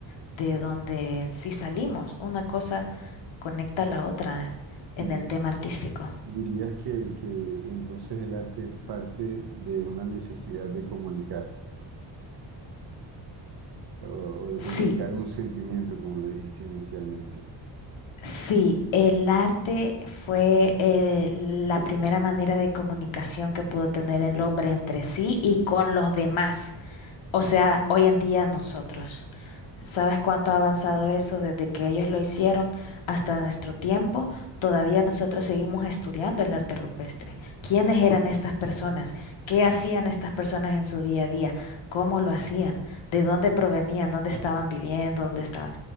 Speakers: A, on the left; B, on the right.
A: de donde si salimos, una cosa conecta a la otra en
B: Y
A: el tema artístico.
B: dirías que, que entonces el arte parte de una necesidad de comunicar o, o de comunicar
A: Sí,
B: un sentimiento, como lo dijiste inicialmente.
A: sí, el arte fue eh, la primera manera de comunicación que pudo tener el hombre entre sí y con los demás, o sea, hoy en día nosotros. ¿Sabes cuánto ha avanzado eso desde que ellos lo hicieron hasta nuestro tiempo? Todavía nosotros seguimos estudiando el arte rupestre. ¿Quiénes eran estas personas? ¿Qué hacían estas personas en su día a día? ¿Cómo lo hacían? ¿De dónde provenían? ¿Dónde estaban viviendo? ¿Dónde estaban?